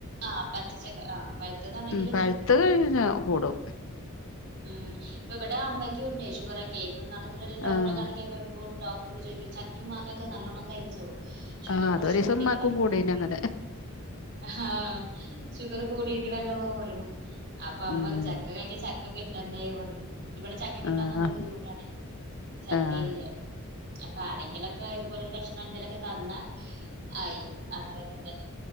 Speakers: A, on the right; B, on the left.
A: ആഹ് പച്ചച്ചക്ക ആഹ് പഴുത്തതാണെങ്കിൽ
B: ഉം പഴുത്ത
A: വരും
B: കഴിച്ചാ കൂടും.
A: ഉം ഇപ്പൊ ഇബടെ അമ്മക്കും ഉണ്ടേയ് ഷുഗറൊക്കെ ഇപ്പന്നാള് ഇതിന്റെടേല് ഡോക്ടറെ
B: ആഹ്
A: കാണിക്കാ പോയപ്പോൾ ഡോക്ടറിങ്ങട്ട് ചോദിക്കേ ചക്കിം മാങ്ങിഒക്കെ നല്ലോണ്ണം കഴിച്ചോ ഷുഗറ്
B: ആഹ് അതൊരീസം
A: കൊർച്ച് കൂടീക്കണല്ലോ
B: ഉമ്മാക്കും കൂടീന്
A: <unintelligible>
B: അങ്ങനെ
A: ആഹാ ഷുഗറ് കൂടീക്കണല്ലോ പറയണു. അപ്പൊ അമ്മറിം
B: ഉം
A: ചക്ക കഴിക്കാൻ ചക്ക കിട്ടണ്ടേ പറയൂണ്ട് ഇവിടെ ചക്ക കിട്ടാൻ
B: ആഹ്
A: നല്ല ബുദ്ധിമുട്ടാണേ ചക്കയില്ല
B: ആഹ്
A: അപ്പൊ ആരെങ്കിലൊക്കെ ഇതുപോലൊരു കഷ്ണം എന്തേങ്കിലൊക്കെ തന്നാ ആയി അത്രൊക്കെതന്നെ.